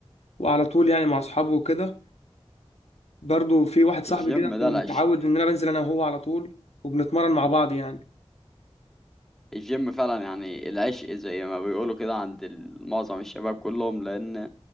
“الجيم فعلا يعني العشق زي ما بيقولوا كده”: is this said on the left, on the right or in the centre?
Centre